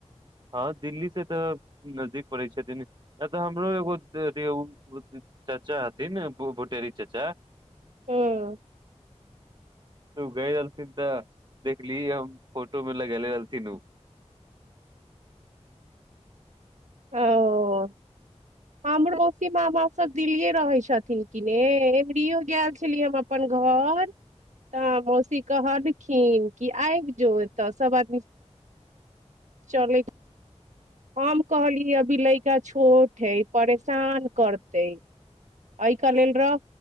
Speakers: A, on the right (about 40°); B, on the right (about 85°).
A: हँ दिल्ली से तऽ नजदीक पड़ै छथिन ए तऽ हमरो एगो चाचा हथिन भुटेरी चाचा
B: हुं
A: त गय रहलथिन तऽ देखली हम फोटो मे लगेले रहथिन उ
B: ओ हमरो मौसी मामा सभ दिल्ली रहै छथिन कि ने एमरीयो गेल छलियै हम अपन घर तऽ मौसी कहल कि आबि जो एतऽ सब आदमी चले हम कहलियै अभी लड़का छोट है परेशान करते एहि क लेल रह